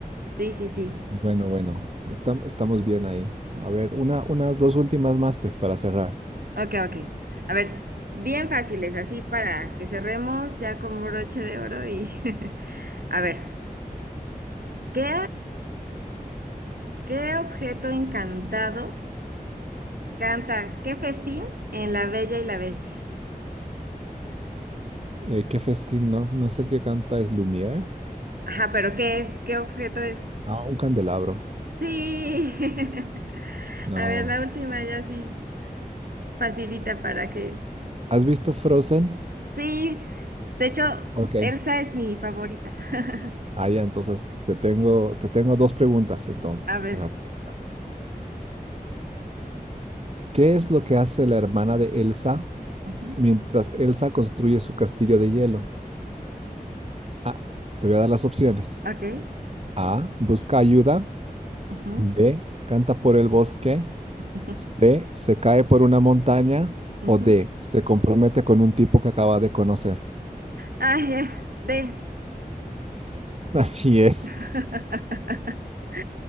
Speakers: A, on the right (about 70°); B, on the right (about 40°).
A: Sí, sí, sí.
B: Bueno, bueno, estam- estamos bien ahí. A ver, una, unas dos últimas más, pues para cerrar.
A: Ok, ok. A ver, bien fáciles, así para que cerremos ya con broche de oro y... <laughs> A ver, ¿qué, qué objeto encantado canta? ¿Qué festín en La Bella y la Bestia?
B: Eh, ¿qué festín, no? ¿No es el que canta es Lumière?
A: Ajá, pero ¿qué es? ¿Qué objeto es?
B: Ah, un candelabro.
A: Sí. <laughs>
B: No.
A: A ver, la última ya sí facilita para que...
B: ¿Has visto Frozen?
A: Sí, de hecho,
B: Ok.
A: Elsa es mi favorita. <laughs>
B: Ah, ya, entonces te tengo, te tengo dos preguntas, entonces,
A: A ver.
B: rapiditas. ¿Qué es lo que hace la hermana de Elsa
A: Ujú.
B: mientras Elsa construye su castillo de hielo? Ah, te voy a dar las opciones.
A: Ok.
B: A, busca ayuda.
A: Ujú.
B: B, canta por el bosque.
A: <laughs>
B: C, se cae por una montaña
A: Ujú.
B: o D, se compromete con un tipo que acaba de conocer.
A: Ah, eh, D.
B: <laughs> Así es.
A: <laughs>